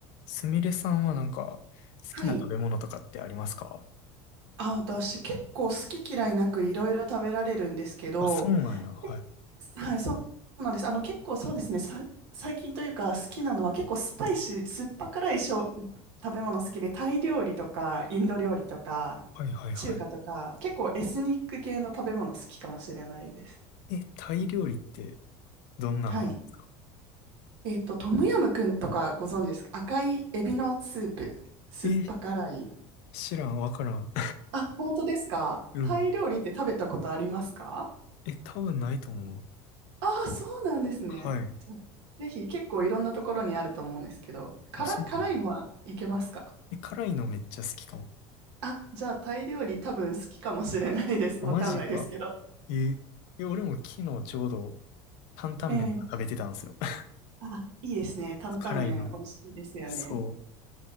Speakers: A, on the left; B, on the right.
A: すみれさんはなんか、好きな食べ物とかってありますか
B: はい。あ、私結構好き嫌いなくいろいろ食べられるんですけど、
A: あ、そうなんや。はい。
B: けはい、そうなんです。あの結構そうですね、さ、最近というか好きなのは結構スパイシー、酸っぱ辛いしょ食べ物好きで、タイ料理とかインド料理とか中華とか、
A: はいはいは
B: 結構エスニック系の食べ物好きかもしれないです。
A: い。え、タイ料理ってどんなんがあるんですか
B: はい。えっと、トムヤムクンとかご存知ですか赤いエビのスープ、酸っぱ辛い。
A: え、知らん、わからん。
B: あ、本当ですかタイ料理って食べたことありますか
A: <laughs> うん。え、多分ないと思う。
B: ああ、そうなんですね。
A: はい。
B: うんぜひ結構いろんなところにあると思うんですけど、辛い、
A: あ、そうね。
B: 辛いのはいけますか
A: え、辛いのめっちゃ好きかも。
B: あ、じゃあタイ料理多分好きかもしれないです。
A: あ、
B: わかんないですけど。
A: マジか。え、え、俺も昨日ちょうど担々麺とか食べてたんですよ。
B: ええ
A: <laughs>
B: あ、いいですね。担々麺美味しいですよね。
A: 辛いの。そ